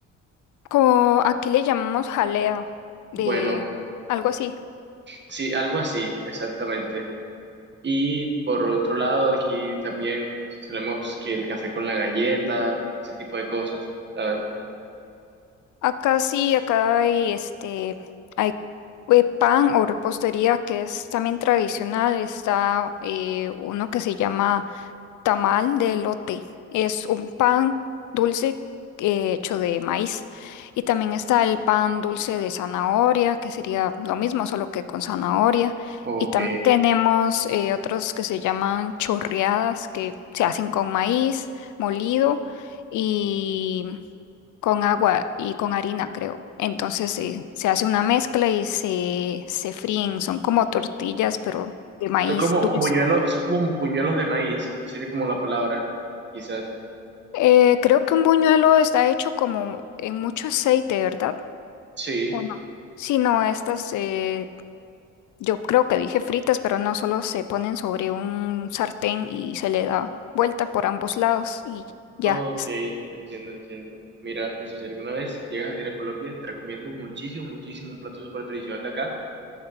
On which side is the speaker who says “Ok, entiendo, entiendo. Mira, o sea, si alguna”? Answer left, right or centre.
Right